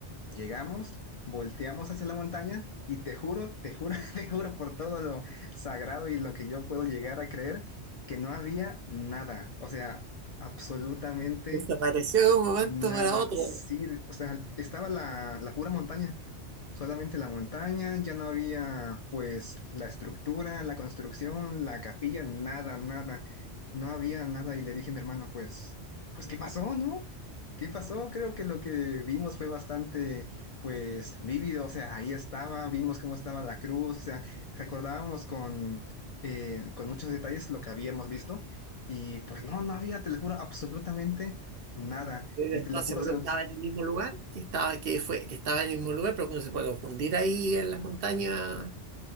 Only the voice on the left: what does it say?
Llegamos, volteamos hacia la montaña y te juro, te juro, <laughs> te juro por todo lo sagrado y lo que yo puedo llegar a creer, que no había nada, o sea, absolutamente
nada.
Sí, o sea, estaba la, la pura montaña, solamente la montaña, ya no había pues la estructura, la construcción, la capilla, nada, nada. No había nada y le dije a mi hermano, pues, pues, ¿qué pasó, no? ¿Qué pasó? Creo que lo que vimos fue bastante, pues, vívido, o sea, ahí estaba, vimos cómo estaba la cruz, o sea, recordábamos con, eh, con muchos detalles lo que habíamos visto y pues no, no había, te lo juro, absolutamente nada.
Y
te lo juro,
o sea,